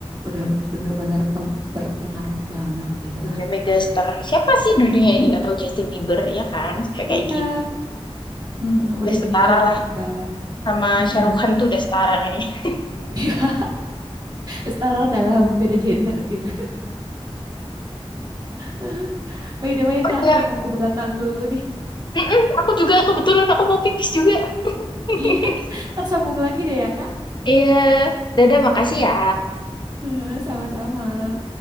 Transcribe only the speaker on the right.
Udah bener-bener pem- berpengaruh banget gitu
lah.
Heeh.
Iya,
heeh,
udah
jadi contoh
dan
heeh.
<laughs>
Iya, setara dalam beda gender gitu. <laughs> By the way,
Kak,
aku mau ke belakang dulu nih.
Iya, tersambung lagi deh ya, Kak.
Heeh, Sama-sama.